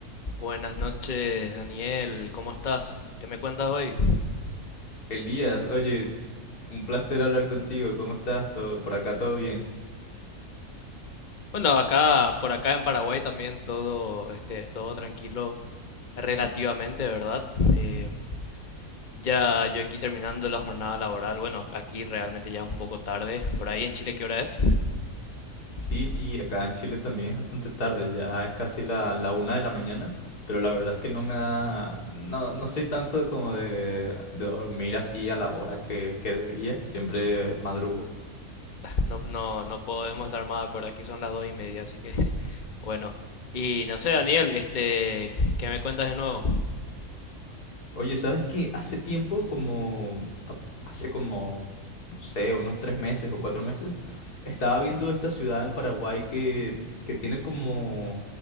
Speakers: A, on the left; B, on the left.
A: Buenas noches, Daniel. ¿Cómo estás? ¿Qué me cuentas hoy?
B: Elías, oye, un placer hablar contigo. ¿Cómo estás? ¿Todo, por acá todo bien?
A: Bueno, acá, por acá en Paraguay también todo, este, todo tranquilo relativamente, ¿verdad? Em, ya yo aquí terminando la jornada laboral. Bueno, aquí realmente ya es un poco tarde. Por ahí en Chile, ¿qué hora es? <laughs>
B: Sí, sí, acá en Chile también es bastante tarde, ya es casi la, la una de la mañana, pero la verdad es que no me da, no, no soy tanto como de, de dormir así a la hora que, que debería, siempre madrugo.
A: Ah, No, no, no podemos estar más de acuerdo. Aquí son las dos y media, así que <laughs> bueno. Y no sé, Daniel, este, ¿qué me cuentas de nuevo?
B: Oye, ¿sabes qué? Hace tiempo, como a- hace como, no sé, unos tres meses o cuatro meses, estaba viendo esta ciudad en Paraguay que, que tiene como,